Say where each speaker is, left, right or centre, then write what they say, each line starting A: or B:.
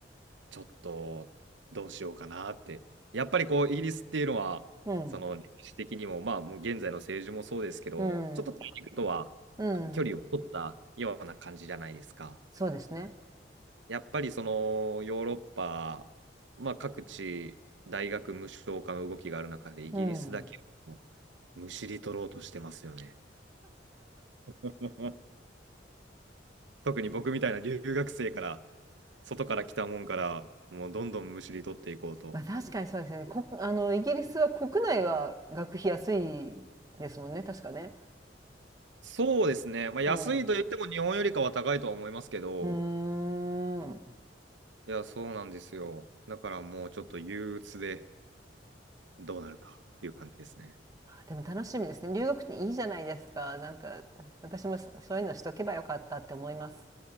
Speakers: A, on the right; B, on the right.
A: ちょっとどうしようかなってやっぱりこうイギリスっていうのはその歴史的にもまあもう現在の政治もそうですけどちょっと大陸とは
B: うん。うん。うん。
A: 距離を取ったような感じじゃないですか
B: そうですね。
A: やっぱりそのヨーロッパまあ各地大学無償化の動きがある中でイギリスだけを
B: うん。
A: むしり取ろうとしてますよね <laughs> 特に僕みたいな留学生から外から来たもんから、もうどんどんむしり取っていこうと。
B: まあ、確かにそうですねこあのイギリスは国内は学費安いですもんね確かね。
A: そうですね。まあ、安いと言っても日本よりかは高いとは思いますけど、
B: おうんうーん
A: いや、そうなんですよ。だからもうちょっと憂鬱でどうなるかっていう感じですね。
B: でも楽しみですね留学っていいじゃないですかなんか私もそそういうのしとけばよかったって思います。